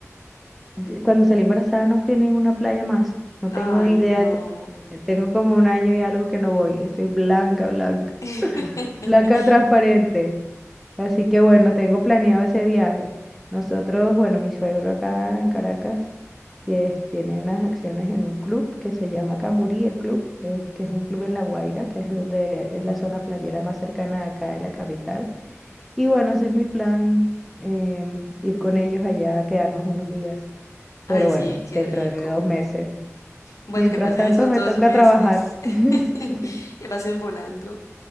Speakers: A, in the centre; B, on the left.
A: de- cuando salí embarazada no fui a ninguna playa más. No
B: Ay,
A: tengo idea
B: no.
A: que tengo como un año y algo que no voy. Estoy blanca, blanca,
B: <laughs>
A: blanca transparente. Así que bueno, tengo planeado ese viaje. Nosotros, bueno, mi suegro acá en Caracas tie- tiene unas acciones en un club que se llama Camurí, el club, eh, que es un club en La Guaira, que es donde es la zona playera más cercana acá de la capital. Y bueno, ese es mi plan, em, ir con ellos allá, quedarnos unos días. Pero
B: Ay,
A: bueno,
B: sí, qué
A: dentro
B: rico.
A: de dos meses.
B: Bueno,
A: Mientras
B: que pasen
A: tanto,
B: esos
A: me
B: dos
A: toca
B: meses,
A: trabajar.
B: <laughs>
A: <laughs>
B: que pasen volando.